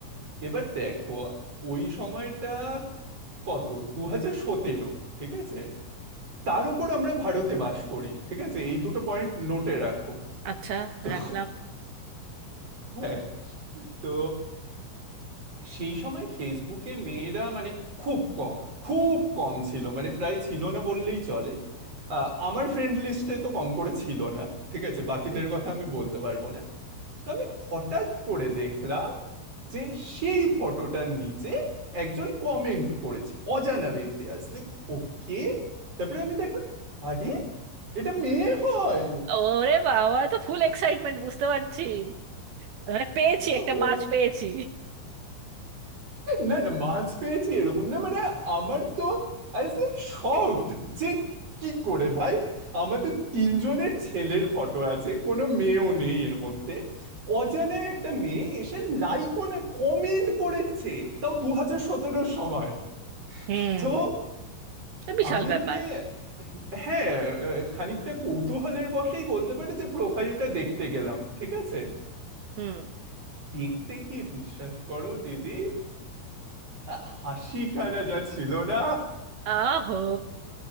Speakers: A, on the right; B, on the right.
A: এবার দেখো ওই সময়টা কত দু হাজার সতেরো ঠিক আছে তার উপর আমরা ভারতে বাস করি ঠিক আছে এই দুটো পয়েন্ট নোটে রাখো
B: আচ্ছা
A: তো
B: রাখলাম
A: হ্যাঁ তো সেই সময় ফেসবুকে মেয়েরা মানে খুব কম খুব কম ছিল মানে প্রায় ছিল না বললেই চলে আহ, আমার ফ্রেন্ড লিস্টে তো কম করে ছিল না ঠিক আছে বাকিদের
B: হুম
A: কথা আমি বলতে পারবো না তো আমি হঠাৎ করে দেখলাম যে সেই ফটোটার নিচে একজন কমেন্ট করেছে অজানা ব্যক্তি আসলে ওকে তারপরে আমি দেখলাম আরে এটা মেয়ে হয়
B: ওরে বাবা এ তো ফুল এক্সাইটমেন্ট বুঝতে পারছি মানে পেয়েছি একটা
A: ও
B: মাছ পেয়েছি
A: না না মাছ পেয়েছি এরকম না মানে আমার তো আই ওয়াজ লাইক শকড যে কি করে ভাই আমাদের তিনজনের ছেলের ফটো আছে কোনো মেয়েও নেই এর মধ্যে অজানা একটা মেয়ে এসে লাইক না কমেন্ট করেছে তাও দু হাজার সতেরোর সময়
B: হুম
A: তো
B: এ বিশাল
A: আমি
B: ব্যাপার
A: মানে হ্যাঁ আহ, খানিকটা কৌতূহলের বশেই বলতে পারে যে প্রোফাইলটা দেখতে গেলাম ঠিক আছে
B: হুম
A: দেখতে গিয়ে বিশ্বাস করো দিদি আহ, হাসিখানা যা ছিল না
B: আহো